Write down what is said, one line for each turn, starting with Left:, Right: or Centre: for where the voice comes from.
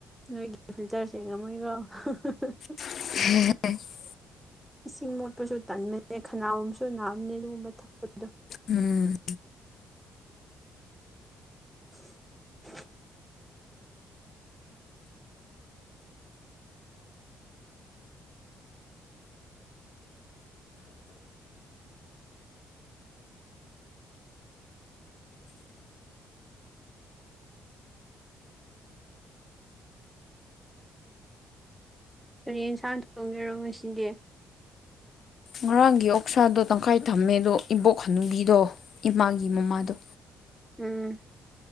Centre: ꯅꯣꯏꯒꯤ ꯐꯤꯜꯇꯔꯁꯤꯡꯦꯒ ꯃꯣꯏꯒ <unintelligible>
Left: ꯍꯝ
Centre: ꯏꯁꯤꯡ ꯃꯣꯠꯄꯁꯨ ꯇꯟꯕꯅꯦ ꯈꯅꯥꯒꯨꯝꯕꯁꯨ ꯅꯥꯝꯅꯦ ꯑꯗꯨꯒꯨꯝꯕ ꯊꯛꯄꯗꯣ
Left: ꯎꯝ
Centre: <inaudible> ꯇꯔꯦꯟ ꯌꯦꯟꯁꯥꯡ ꯊꯣꯡꯖꯔꯣ ꯉꯁꯤꯗꯤ
Left: ꯉꯔꯥꯡꯒꯤ ꯑꯣꯛꯁꯥꯗꯣ ꯇꯪꯈꯥꯏ ꯊꯝꯃꯦ ꯑꯗꯣ ꯏꯕꯣꯛ ꯍꯅꯨꯕꯤꯗꯣ ꯏꯃꯥꯒꯤ ꯃꯃꯥꯗꯣ
Centre: ꯎꯝ